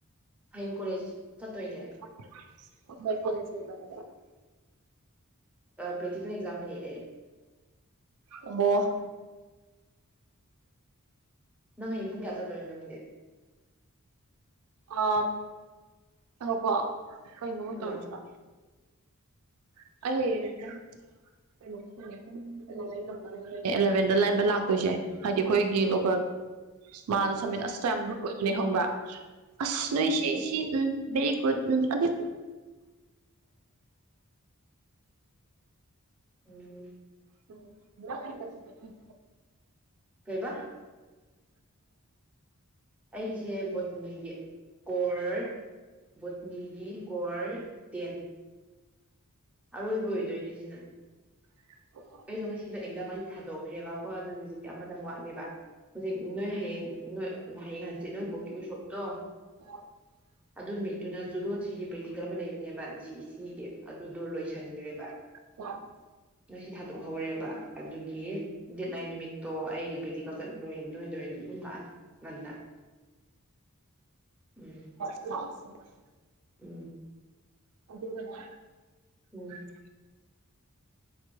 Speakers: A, in the centre; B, on the right.
A: ꯍꯌꯦꯡ ꯀꯣꯂꯦꯁ ꯆꯠꯇꯣꯏꯅꯦ
B: ꯍꯣꯏ <unintelligible>
A: ꯑꯄ꯭ꯦꯛꯇꯤꯀꯦꯜ ꯑꯦꯛꯖꯥꯝ ꯅꯤꯌꯦ ꯑꯩ
B: ꯑꯣ
A: ꯅꯪ ꯍꯌꯦꯡ ꯄꯨꯡ ꯛꯌꯥꯗ ꯆꯡꯇꯣꯏꯅꯣ <unintelligible>
B: ꯑ ꯉꯥꯏꯈꯣꯀꯣ ꯀꯩꯅꯣ ꯃꯣꯏ
A: ꯎꯝ
B: ꯇꯧꯔꯝꯁꯤꯕꯣ <unintelligible> <unintelligible> ꯑꯦꯂꯚꯦꯟꯗ ꯂꯩꯔꯝꯕ ꯂꯥꯛꯇꯣꯏꯁꯦ ꯍꯥꯏꯗꯤ ꯑꯩꯈꯣꯏꯒꯤ
A: ꯎꯝ
B: ꯗꯣꯛꯇꯔ ꯃꯥꯗꯣ ꯁꯝꯃꯤꯠ ꯑꯁꯇ ꯌꯥꯝ ꯔꯨꯠ ꯑꯣꯏꯕꯅꯦ ꯈꯪꯕ ꯑꯁ ꯅꯣꯏꯁꯦ
A: ꯎꯝ
B: ꯁꯤ ꯎꯝ ꯚꯦꯔꯤ ꯒꯨꯗ ꯎꯝ ꯑꯗꯨ
A: ꯎꯝ
B: <unintelligible>
A: ꯀꯩꯕꯥ ꯑꯩꯁꯦ ꯕꯣꯇꯅꯤꯒꯤ ꯀꯣꯔ ꯕꯣꯠꯅꯤꯒꯤ ꯀꯣꯔ ꯇꯦꯟ ꯑꯔꯣꯏꯕ ꯑꯣꯏꯗꯣꯏꯅꯦ ꯁꯤꯅ
B: <unintelligible>
A: ꯑꯩꯗꯣ ꯉꯁꯤꯗꯣ ꯑꯦꯛꯖꯝ ꯑꯅꯤ ꯊꯥꯗꯣꯛꯈ꯭ꯔꯦꯕ ꯀꯣ ꯑꯗꯨ ꯍꯧꯖꯤꯛꯇꯤ ꯑꯃꯗꯪ ꯋꯥꯠꯂꯦꯕ ꯍꯧꯖꯤꯛ ꯅꯣꯏ ꯍꯌꯦꯡ ꯅꯣꯏ ꯍꯌꯦꯡ ꯍꯪꯆꯤꯠ ꯅꯣꯏ ꯕꯣꯛꯀꯤ ꯎꯁꯣꯞꯇꯣ
B: <unintelligible>
A: ꯑꯗꯨ ꯅꯨꯃꯤꯠꯇꯨꯅ ꯖꯨꯨꯂꯣꯖꯤꯒꯤ ꯄ꯭ꯔꯦꯛꯇꯤꯀꯜ ꯑꯃ ꯂꯩꯕꯅꯦꯕ ꯖꯤꯏꯁꯤꯒꯤ ꯑꯗꯨꯗꯩ ꯂꯣꯏꯁꯟꯈ꯭ꯔꯦꯕ
B: <unintelligible>
A: ꯉꯁꯤ ꯊꯥꯗꯣꯛꯍꯧꯔꯦꯕ ꯑꯗꯨꯒꯤ ꯗꯦꯠ ꯅꯥꯏꯟ ꯅꯨꯃꯤꯠꯇꯣ ꯑꯩ ꯄ꯭ꯔꯦꯛꯇꯤꯀꯜ ꯆꯠꯂꯣꯏ ꯅꯣꯏ ꯑꯣꯏꯅ ꯑꯗꯨꯝ ꯂꯥꯛꯑꯅꯤ ꯉꯟꯅ ꯎꯝ
B: <unintelligible>
A: ꯎꯝ
B: ꯑꯗꯨꯒꯅꯦ
A: ꯎꯝ
B: <unintelligible>